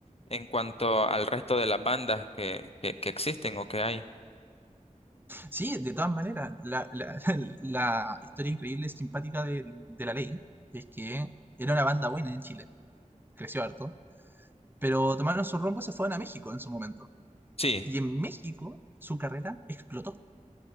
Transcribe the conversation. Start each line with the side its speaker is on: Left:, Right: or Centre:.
Left: en cuanto al resto de las bandas que, que, que existen o que hay.
Right: Sí, de todas maneras, la, la- <laughs> la historia increíble y simpática de, de la ley es que era una banda buena en Chile, creció harto pero tomaron su rumbo y se fueron a México en su momento.
Left: Sí,
Right: Y en México su carrera explotó.